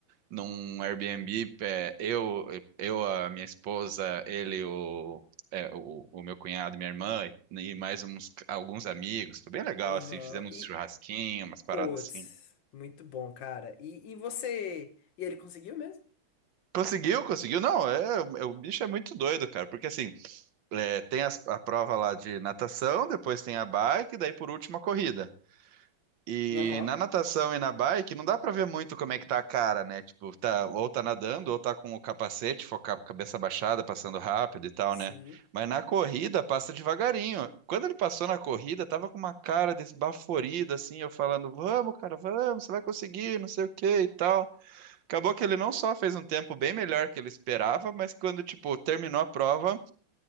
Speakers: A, on the right (about 65°); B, on the left (about 65°).
A: num Airbnb, é, eu, eu, a minha esposa, ele, o, é, o, o meu cunhado, minha irmã e mais uns, alguns amigos. Foi bem legal,
B: Aham.
A: assim, fizemos
B: E,
A: um churrasquinho, umas paradas
B: putz,
A: assim.
B: muito bom, cara. E, e você. E ele conseguiu mesmo?
A: Conseguiu, conseguiu. Não, é, é, o bicho é muito doido, cara, porque assim, é, tem as- a prova lá de natação, depois tem a bike, daí por último a corrida. E
B: Aham.
A: na natação e na bike não dá pra ver muito como é que tá a cara, né? Tipo, tá ou tá nadando ou tá com o capacete, foca- cabeça baixada, passando rápido e tal,
B: Sim.
A: né? Mas na corrida passa devagarinho. Quando ele passou na corrida, tava com uma cara desbaforida assim, eu falando: "Vamos, cara, vamos, você vai conseguir, não sei o que e tal. Acabou que ele não só fez um tempo bem melhor que ele esperava, mas quando, tipo, terminou a prova,